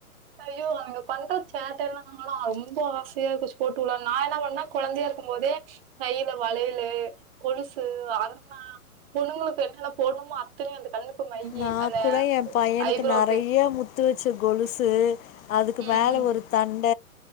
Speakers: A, on the right (about 40°); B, on the left (about 70°).
A: அயோ அவுங்க பண்ற சேட்டயால்லாலு ரொம்ப ஆசையாயிருந்திச்சு போட்டு வுடலான்னு நா என்ன பண்ண கொழந்தையாருக்குபோதே கைல வளயலு கொலுசு அர்ணா பொண்ணுங்களுக்கு என்னன்ன போடணுமோ அ இத்தனியு அந்த கண்ணுக்கு மையி
B: நான்
A: அந்த
B: கூட என் பையனுக்கு
A: ஐப்ரோக்கு
B: நெறைய முத்து வச்ச கொலுசு அதுக்கு
A: ம்
B: மேலே ஒரு தண்ட